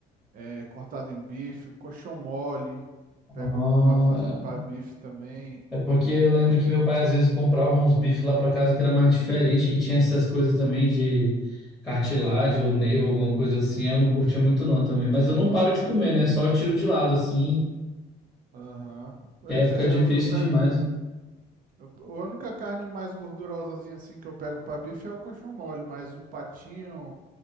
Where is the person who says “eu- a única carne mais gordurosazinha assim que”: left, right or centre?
Right